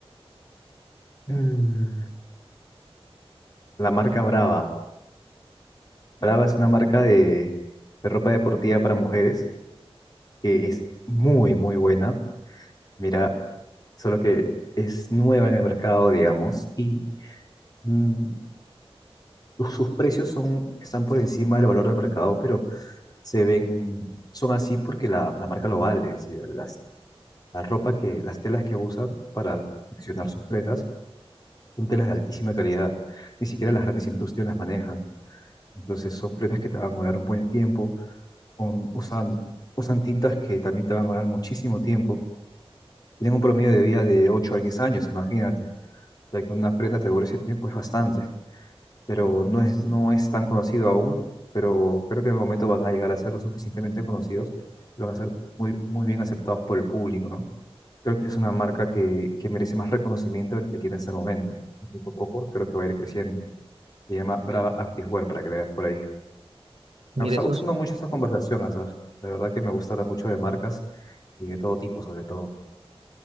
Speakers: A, on the left (about 40°); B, on the right (about 70°).
A: Mm, La marca Brava. Brava es una marca de, de ropa deportiva para mujeres que es muy, muy buena Mira, solo que es nueva en el mercado, digamos, y mm, los- sus precios son, están por encima del valor del mercado, pero se ven, son así porque la, la marca lo vale. es decir, Las, la ropa que, las telas que usan para confeccionar sus prendas son telas de altísima calidad. Ni siquiera las grandes industrias las manejan. Entonces son prendas que te van a durar un buen tiempo, con- usan, usan tintas que también te van a durar muchísimo tiempo. Tienen un promedio de vida de 8 a 10 años, imagínate. de que una prenda te dure ese tiempo es bastante, pero no es, no es tan conocido aún, pero creo que en el momento van a llegar a ser lo suficientemente conocidos y van a ser muy, muy bien aceptados por el público, ¿no? Creo que es una marca que, que merece más reconocimiento del que tiene hasta el momento. Y poco a poco creo que va a ir creciendo. Se llama Brava Activewear para que le veas por ahí.
B: Mira,
A: Me está
B: eso,
A: gustando
B: es-
A: mucho esta conversación, Asaf. La verdad que me gusta hablar mucho de marcas y de todo tipo, sobre todo.